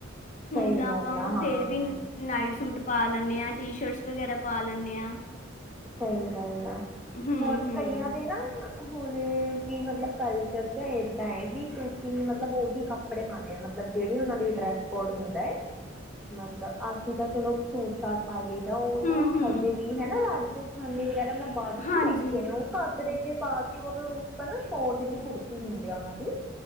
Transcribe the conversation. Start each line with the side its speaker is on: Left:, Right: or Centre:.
Left: ਹੁਨ
Centre: ਸਹੀ
Left: ਤਾਂ
Centre: ਗੱਲ
Left: ਆਪਾਂ
Centre: ਆ ਹਾਂ
Left: ਫੇਰ ਵੀ ਨ ਨਾਈਟ ਸੂਟ ਪਾ ਲੈਂਨੇਂ ਹਾਂ ਟੀ ਸ਼ਰਟਸ ਵਗੈਰਾ ਪਾ ਲੈਂਨੇਂ ਹਾਂ।
Centre: ਸਹੀ ਗੱਲ ਆ
Left: ਹੂੰ-ਹੂੰ,
Centre: ਹੋਰ ਕਈਆਂ ਦੇ ਨਾਂ ਹੁਣੇ ਵੀ ਮਤਲਬ ਕਲਚਰ ਚ ਇਹਦਾਂ ਏ ਵੀ ਤੁਸੀ ਮਤਲਬ ਉਹੀ ਕੱਪੜੇ ਪਾਉਨੇ ਹੈਂ ਮਤਲਬ ਜਿਹੜੀ ਉਹਨਾਂ ਦੀ ਡਰੈਸ ਕੋਡ ਹੁੰਦਾ ਏ ਮਤਲਬ ਅਸੀ ਤਾ ਚਲੋ ਸੂਟ ਸਾਟ ਪਾ ਲਈ ਦਾ ਓਂਹ
Left: ਹੂੰ-ਹੂੰ,
Centre: ਤਾਂ ਹਜੇ ਵੀ ਹੇਨਾ ਰਾਜਸਥਾਨੀ ਵਗੈਰਾ ਮੈਂ ਵਾਧੂ
Left: ਹਾਂਜੀ,
Centre: ਦੇਖੇ ਨੇ ਉਹ ਘਰ। ਘਰੇ ਜੇ ਪਾ ਕੇ ਉਹਦੇ ਉੱਪਰ ਨਾ ਸ਼ੋਰਟ ਜਿਹੀ ਕੁੜਤੀ ਹੁੰਦੀ ਆ ਉਹਨਾਂ ਦੀ।